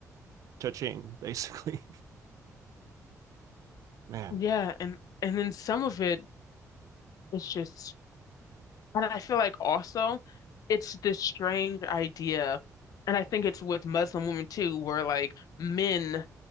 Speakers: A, on the right; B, on the left.
A: cha-ching, basically. <laughs> Man,
B: yeah, and and then some of it it's just And I feel like also it's this strange idea, and I think it's with Muslim women too, where like men,